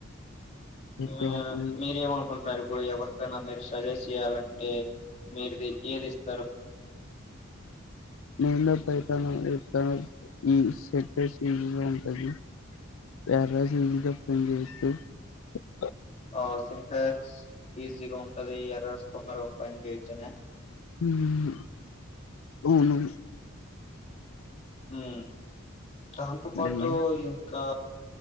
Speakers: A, on the left (about 75°); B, on the left (about 35°).
A: ఎక్కువ
B: అ
A: పోజం.
B: మీరేమనుకుంటున్నారు ఇప్పుడు ఎవరికైనా మీరు సజెస్ట్ చేయాలంటే మీరుది ఏది ఇస్తారు
A: <unintelligible>
B: ఆ సిన్టెక్స్ ఈజీగా ఉంటది ఎర్రర్స్ తొందరగా ఓపెన్ చేయోచ్చనా
A: హ్మ్ అవును
B: హ్మ్ దాంతో పాటు
A: మ్మ్.
B: ఈ ఇంకా